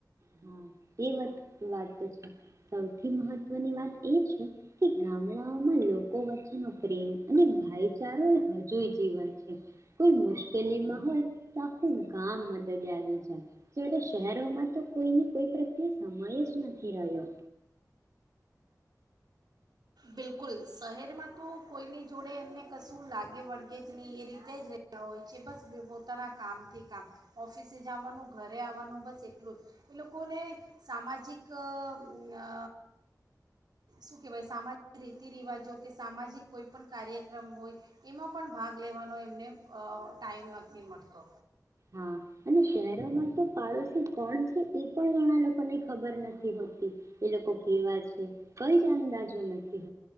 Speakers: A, on the right; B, on the right.
A: હા એ વત વાત તો છે. સૌથી મહત્ત્વની વાત એ છે કે ગામડાઓમાં લોકો વચ્ચેનો પ્રેમ અને ભાઈચારો <inaudible> જઈ જીવન છે. કોઈ મુશ્કેલીમાં હોય તો આખું ગામ મદરીયે આવી જાય, જ્યારે શહેરોમાં તો કોઈને કોઈ પ્રત્યે સમયે જ નથી રહ્યો.
B: બિલકુલ શહેરમાં તો કોઈની જોડે એમને કશું લાગે વળગે જ નહીં, એ રીતે જ રેતા હોય છે. બસ પોતાના કામથી કામ ઓફિસે જવાનું ઘરે આવવાનું બસ એટલું જ એ લોકોને સામાજિક અ અ શું કહેવાય સામા રીતિ રિવાજો કે સામાજિક કોઈ પણ કાર્યક્રમ હોય, એમાં પણ ભાગ લેવાનો એમને અ ટાઈમ નથી મળતો.
A: હા અને શહેરોમાં તો પાડોશી કોણ છે એ પણ ઘણા લોકોને ખબર નથી હોતી, એ લોકો કેવા છે. કઈ જ જાણતા જ નથી.